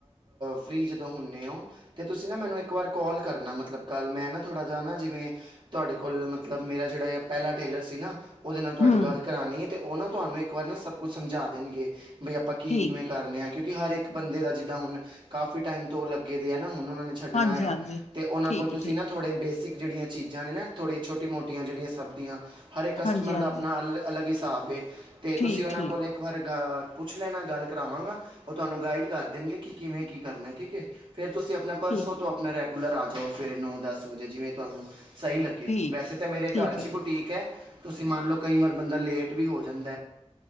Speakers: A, on the right (about 45°); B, on the left (about 70°).
A: ਫ੍ਰੀ ਜਦੋਂ ਹੁੰਦੇ ਹੋ। ਤੇ ਤੁਸੀਂ ਨਾ ਮੈਨੂੰ ਇੱਕ ਵਾਰ ਕਾਲ ਕਰਨਾ ਮਤਲਬ ਕੱਲ ਮੈਂ ਨਾ ਥੋੜ੍ਹਾ ਜਾ ਨਾ ਜਿਵੇਂ ਤੁਹਾਡੇ ਕੋਲ ਮਤਲਬ ਮੇਰਾ ਜਿਹੜਾ ਪਹਿਲਾ ਟੇਲਰ ਸੀ ਨਾ ਉਹਦੇ ਨਾਲ ਤੁਹਾਡੀ
B: ਹੂੰ
A: ਗੱਲ ਕਰਾਉਣੀ ਹੈ ਅਤੇ ਉਹ ਨਾ ਤੁਹਾਨੂੰ ਇੱਕ ਵਾਰ ਨਾ ਸਭ ਕੁਛ ਸਮਝਾ ਦੇਣਗੇ ਬਈ ਆਪਾਂ ਕੀ
B: ਠੀਕ
A: ਕਿਵੇਂ ਕਰਨ ਆ ਕਿਉਂਕਿ ਹਰ ਇੱਕ ਬੰਦੇ ਦਾ ਜਿੱਦਾਂ ਹੁਣ ਕਾਫ਼ੀ ਟਾਈਮ ਤੋਂ ਲੱਗੇ ਦੇ ਹੈ ਨਾ ਹੁਣ ਉਹਨਾਂ ਨੇ ਛੱਡਣਾ
B: ਹਾਂਜੀ-ਹਾਂਜੀ
A: ਆ ਤੇ ਉਹਨਾਂ
B: ਠੀਕ
A: ਕੋਲ ਤੁਸੀਂ
B: ਹੈ ਠੀਕ
A: ਥੋੜ੍ਹੇ ਬੇਸਿਕ ਜਿਹੜੀਆਂ ਚੀਜ਼ਾਂ ਨੇ ਨਾ ਥੋੜੀਆਂ ਛੋਟੀ ਮੋਟੀਆਂ ਜਿਹੜੀਆਂ ਸਬ ਦੀਆਂ ਹਰ ਇੱਕ ਕਸਟਮਰ
B: ਹਾਂਜੀ-ਹਾਂਜੀ
A: ਦਾ ਆਪਣਾ ਅਲ ਅਲੱਗ ਹਿਸਾਬ ਅਤੇ
B: ਠੀਕ-ਠੀਕ
A: ਤੁਸੀਂ ਉਹਨਾਂ ਕੋਲ ਇੱਕ ਵਾਰ ਗ ਪੁੱਛ ਲੈਣਾ ਗੱਲ ਕਰਾਵਾਂਗਾ ਉਹ ਤੁਹਾਨੂੰ ਗਾਈਡ ਕਰ ਦੇਣਗੇ ਕਿ ਕਿਵੇਂ ਕੀ ਕਰਨਾ ਠੀਕ ਹੈ ਫਿਰ ਤੁਸੀਂ ਆਪਣਾ ਪਰਸੋਂ
B: ਠੀਕ-ਠੀਕ
A: ਤੋਂ ਆਪਣਾ ਰੈਗੂਲਰ ਆ ਜਾਓ ਸਵੇਰੇ ਨੌ ਦਸ ਵਜੇ ਜਿਵੇਂ ਤੁਹਾਨੂੰ ਸਹੀ ਲੱਗੇ,
B: ਠੀਕ
A: ਵੈਸੇ
B: ਠੀਕ
A: ਮੇਰੇ
B: ਠੀਕ
A: ਘਰ 'ਚ
B: ਠੀਕ ਹੈ
A: ਹੀ ਬੁਟੀਕ
B: ਠੀਕ
A: ਹੈ। ਤੁਸੀਂ ਮੰਨ ਲਓ ਕਈ ਵਾਰ ਬੰਦਾ ਲੇਟ ਵੀ ਹੋ ਜਾਂਦਾ,